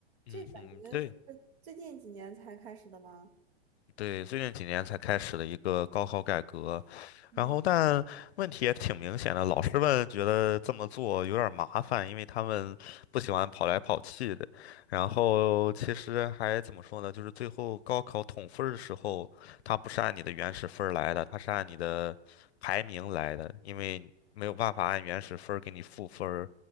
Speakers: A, on the left; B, on the right.
A: 嗯哼，
B: 这感觉是
A: 对。
B: 最近几年才开始的吗？
A: 对，最近几年才开始的一个高考改革，
B: 嗯，
A: 然后但问题也挺明显的，老师们觉得这么做有点儿麻烦，因为他们不喜欢跑来跑去的。然后其实还怎么说呢，就是最后高考统分儿的时候，它不是按你的原始分儿来的，它是按你的排名来的，因为没有办法按原始分儿给你赋分儿，